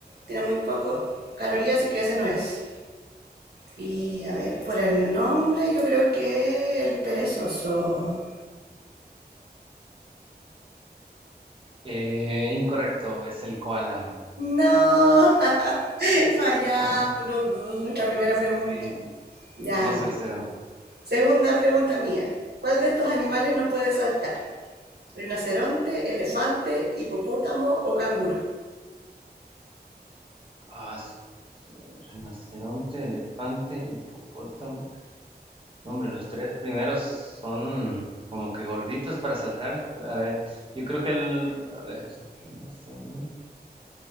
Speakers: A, on the right; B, on the right.
A: tiene muy poco calorías, así que ese no es. Y a ver, por el nombre yo creo que el perezoso.
B: Eh, incorrecto, es el koala.
A: No, <laughs> fallamos
B: Vamos,
A: los dos, nuestra primera pregunta.
B: eh,
A: Ya,
B: vamos cero. cero.
A: segunda pregunta mía. ¿Cuál de estos animales no puede saltar? ¿Rinoceronte, elefante, hipopótamo o canguro?
B: Ah, s- rinoceronte, elefante, hipopótamo. No, Hombre, los tres primeros son como que gorditos para saltar. A ver, yo creo que el... A ver, rinoceronte.